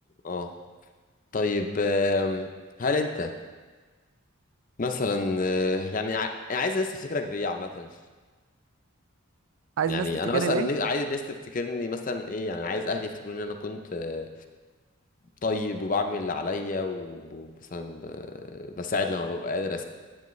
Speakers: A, on the left (about 40°); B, on the right (about 65°).
A: اه طيب آم، هل أنت مثلا آه، يعني ع- يعني عايز الناس تفتكرك بإيه عامة؟
B: عايز
A: يعني
B: الناس تفتكرني
A: أنا مثلا
B: بايه
A: ن- عايز الناس تفتكرني مثلا إيه يعني عايز أهلي يفتكروني إن أنا كنت آه، طيب وبعمل اللي عليا و- ومثلا ب- بساعد لما ببقى قادر